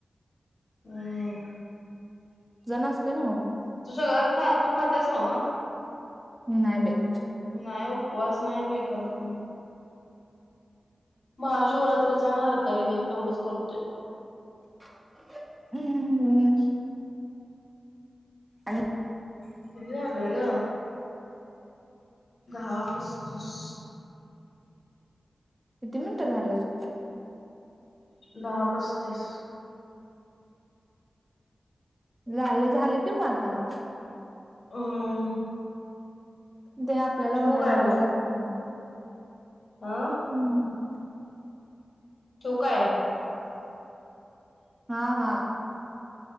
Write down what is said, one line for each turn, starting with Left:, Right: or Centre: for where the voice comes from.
Left: अं
Right: <unintelligible> असते ना
Left: तू सगळं खा तू खातेस नव्ह
Right: नाही बाई
Left: नाही उपवास नाही बाई करत मी महाशिवरात्रीत चा अन हरतालीकेचा तेवढंच करतोय.
Right: <unintelligible> आणि
Left: किती झाल ग? दहा पस्तीस
Right: किती मिनटं झालत?
Left: दहा पस्तीस.
Right: झाले झाले कि म आता.
Left: हम्म
Right: ते आपल्याला
Left: ठेवू
Right: म्हणाले
Left: काय मग
Right: बोला तिकंदन
Left: हा
Right: हम्म.
Left: ठेऊ काय?
Right: हा हा.